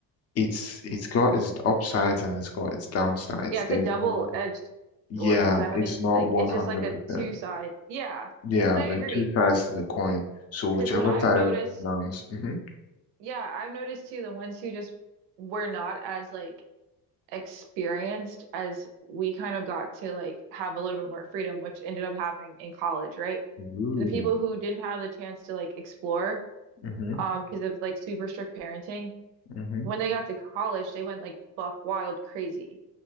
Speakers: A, on the left; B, on the right.
A: It's it's got its upsides and it's got its downsides.
B: Yeah, it's
A: There's
B: a double-edged
A: no, yeah,
B: sword. Is that how
A: it's
B: they
A: not
B: like
A: 100%.
B: it's just like a two side. Yeah.
A: Yeah,
B: 'Cause I
A: there
B: agree.
A: are two sides to the coin. So whichever
B: Cause what I've
A: side
B: noticed,
A: lands, hmm
B: yeah, I've noticed too, the ones who just were not as like experienced as we kind of got to like have a little bit more freedom, which ended up happening in college, right?
A: Ooh,
B: The people who didn't have the chance to like explore,
A: hmm
B: um, because of like super strict parenting,
A: hmm
B: when they got to college, they went like buck wild crazy.